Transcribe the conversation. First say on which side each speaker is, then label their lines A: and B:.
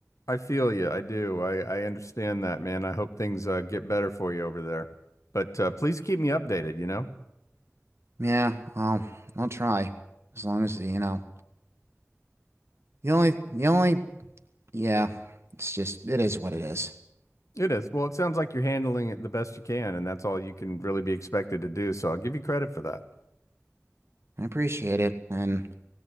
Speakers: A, on the left; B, on the right.
A: I feel you. I do. I I understand that, man. I hope things uh, get better for you over there. But uh, please keep me updated, you know?
B: yeah, I'll I'll try as long as you know. The only, the only, yeah, it's just, it is what it is.
A: It is. Well, it sounds like you're handling it the best you can, and that's all you can really be expected to do. So I'll give you credit for that.
B: I appreciate it, and